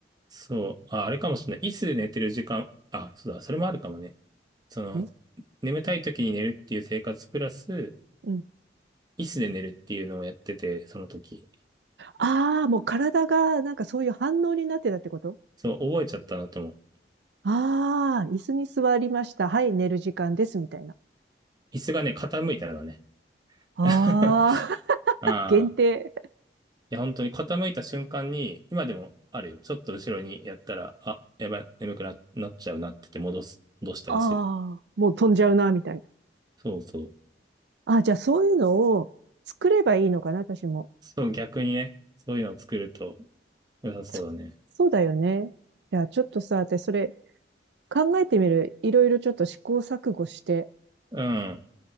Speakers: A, on the right; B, on the right.
A: そう、あ、あれかもしれない。椅子で寝てる時間、あ、そうだ、それもあるかもね。その、
B: う。え
A: 眠たい時に寝るっていう生活プラス、
B: うん。
A: 椅子で寝るっていうのをやってて、その時。
B: ああ、もう体がなんかそういう反応になってたってこと
A: そう、覚えちゃったなと思う。
B: ああー、椅子に座りました。はい、寝る時間です、みたいな。
A: 椅子がね、傾いたらだね。
B: ああ、
A: <laughs>
B: <laughs>
A: ああ。
B: 限定。
A: いや、本当に傾いた瞬間に、今でもあるよ。ちょっと後ろにやったら、あ、やばい、眠くな、なっちゃうなって言って戻す、戻したりする。
B: ああ、もう飛んじゃうな、みたいな。
A: そうそう。
B: ああ、じゃあそういうのを作ればいいのかな、私も。
A: そう、逆にね、そういうのを作ると良さそうだね。
B: そそうだよね。いや、ちょっとさ、私それ考えてみる。いろいろちょっと試行錯誤して
A: うん。